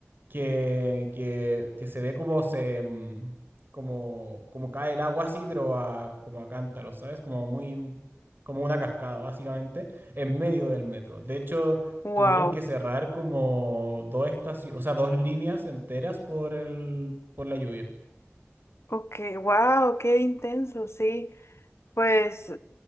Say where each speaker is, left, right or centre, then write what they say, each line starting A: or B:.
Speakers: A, on the right; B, on the left.
A: que, que, que se ve como se mm, como, como cae el agua así, pero a, como a cántaros, ¿sabes? Como muy como una cascada, básicamente, en medio del metro. De hecho,
B: Wow.
A: tuvieron que cerrar como dos estaciones, o sea, dos líneas enteras por el, por la lluvia.
B: Ok, wow, qué intenso, sí. Pues,